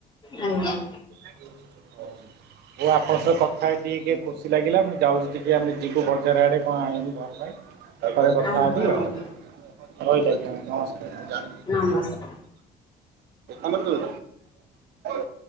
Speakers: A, on the left (about 25°); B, on the right (about 75°).
A: ଆଜ୍ଞା।
B: <inaudible> ହୋଉ ଆପଣ ସହ କଥା ହେଇ ଟିକେ ଖୁସି ଲାଗିଲା। ମୁଁ ଯାଉଚି ଟିକେ ଆମେ ଯିବୁ ବଜାର୍ ଆଡ଼େ କଣ ଆଣିବୁ ଘର ପାଇଁ। ପରେ କଥା
A: ଆଜ୍ଞା
B: ହେବ
A: ଆଜ୍ଞା
B: ଅ ରହିଲି ଆଜ୍ଞା ନମସ୍କାର।
A: ନମସ୍କାର।
B: ଏମର ସୁ <inaudible>